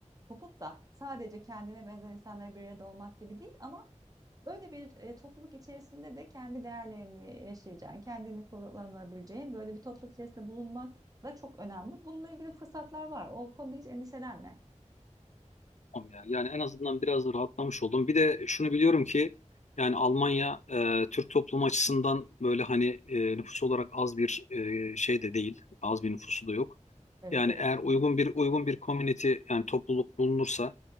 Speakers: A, on the right (about 30°); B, on the left (about 65°).
A: kopup da sadece kendine benzer insanlara bir arada olmak gibi değil ama böyle bir e, topluluk içerisinde de kendi değerlerini yaşayacağın, kendini kullanabileceğin böyle bir topluluk içerisinde bulunmak da çok önemli. Bununla ilgili fırsatlar var. O konuda hiç endişelenme.
B: Tamam ya. Yani en azından biraz da rahatlamış oldum. Bir de şunu biliyorum ki yani Almanya e, Türk toplumu açısından böyle hani e, nüfus olarak az bir e, şey de değil. Az bir nüfusu da yok.
A: Evet,
B: Yani
A: evet.
B: eğer uygun bir uygun bir community yani topluluk bulunursa